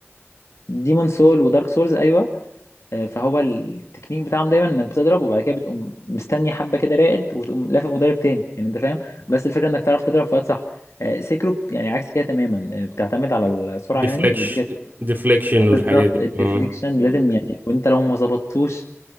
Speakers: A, on the left; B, on the right.
A: ديمون سول ودارك سولز ايوه آه، فهو التكنيك بتاعهم دايما انك بتضرب وبعد كده بتقوم مستني حبه كده راقد وتقوم لافف مضرب تاني يعني انت فاهم بس الفكره انك تعرف تضرب في وقت صح آه، سيكرو يعني عكس كده تماما آه، بتعتمد على السرعه
B: ديفليكشن
A: يعني ودي كانت
B: ديفليكشن والحاجات
A: بالظبط
B: دي
A: الديفليكشن
B: اه
A: لازم يعني وانت لو ما ظبطتوش